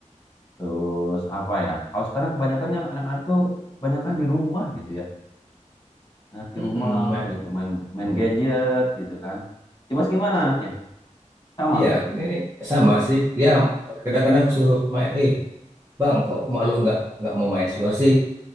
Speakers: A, on the left (about 30°); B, on the right (about 20°).
A: Terus apa ya? Kalau sekarang kebanyakannya anak-anak tuh kebanyakan di rumah gitu ya. Anak di
B: Mm-mm,
A: rumah
B: ma-
A: gitu main main gadget gitu kan. Cimas gimana anaknya? Sama.
B: Iya, ini sama sih. Dia kadang-kadang suruh main, eh Bang, kok malu nggak nggak mau main keluar sih?